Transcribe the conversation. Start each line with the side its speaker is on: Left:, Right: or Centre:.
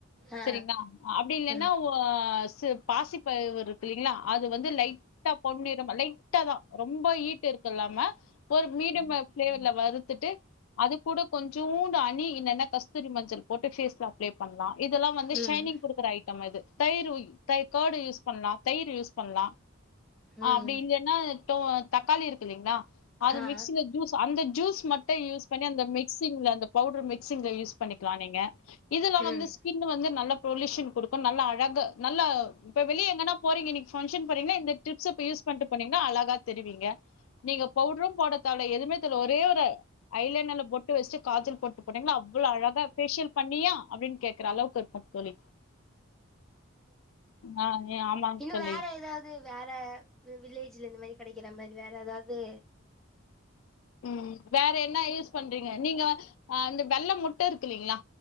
Centre: ஆ
Left: சரிங்களா அப்டி இல்லன்னா
Centre: ஆ
Left: இப்போ சு பாசிப்பயறு இருக்கு இல்லைங்களா அது வந்து லைட்டா போட்டு லைட்டா தா ரொம்ப ஹீட் இருக்கு இல்லாம ஒரு மீடியம் பிளேவர்ல வறுத்துட்டு அது கூட கொஞ்சோண்டு ஹணி இல்லன்னா கஸ்தூரி மஞ்சள் போட்டு பேஸ்ல அப்ளை பண்லா இதெல்லா வந்து
Centre: ம்
Left: ஷைனிங் குடுக்குற ஐ இது தயிரு கேர்டு யூஸ் பண்லா தயிரு யூஸ் பண்லா
Centre: ம்
Left: ஆ அப்டி இல்லைன்னா ததக்காளி இருக்கு இல்லைங்களா அது
Centre: ஆ
Left: மிக்சில ஜூஸ் அந்த ஜூஸ் மட்டு யூஸ் பண்ணி அந்த மிக்சிங்ல அந்த பவுடர் மிக்சிங்ல யூஸ் பண்ணிக்கலா நீங்க இதுல வந்து
Centre: ம்
Left: ஸ்கின் வந்து நல்லா பொல்யூஷன் குடுக்கு நல்லா அழகு நல்ல இப்ப வெளிய எங்கனா போறீங்க இன்னைக்கு பங்க்ஷன் போறீங்களா இந்த டிப் சோப்ப யூஸ் பண்ட்டு போனீங்கா அழகா தெரிவீங்க நீங்க பவுட்ரு போடறதால எதுவுமே தேர்ல ஒரே ஒரு ஐலைன்ல்ல பொட்டு வெச்ட்டு காஜல் போட்டு போனிங்கனா அவ்ளோ அழகா ஃபேஷியல் பண்ணியா அப்டின்னு கேக்குற அளவுக்கு இருக்கு தோழி ஆ ஆமாங்க
Centre: இன்னு
Left: தோழி
Centre: வேற ஏதாவது து வேற வில்லேஜ்ல இந்த மாரி கெடைக்கிற மாரி வேற ஏதாவது
Left: ம் வேற என்ன யூஸ் பண்றீங்க நீங்க ஆஹ இந்த வெள்ள முட்ட இருக்குல்லீங்ளா